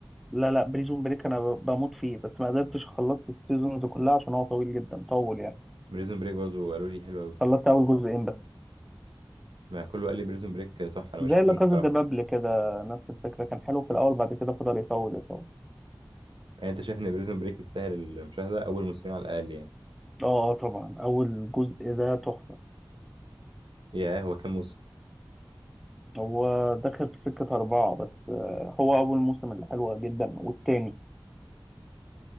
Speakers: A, in the centre; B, on the right (about 75°).
A: لا لا بريزون بريك انا ب- بموت فيه بس ما قدرتش خلصت السيزونز كلها عشان هو طويل جدا طول يعني
B: بريزون بريك برضو قالوا لي حلو قوي
A: خلصت اول جزئين بس
B: ما كله قال لي بريزون بريك تحفه انا
A: زي
B: ما شفتوش
A: لا كازا
B: بصراحه
A: دي بابل كده نفس الفكره كان حلو في الاول بعد كده فضل يطول يطول
B: يعني انت شايف ان بريزون بريك يستاهل المشاهده اول موسمين على الاقل يعني
A: اه آه، طبعا اول جزء ده تحفه
B: ياه هو كام موسم
A: هو دخل في سكه اربعه بس آه، هو اول موسم اللي حلوه جدا والتاني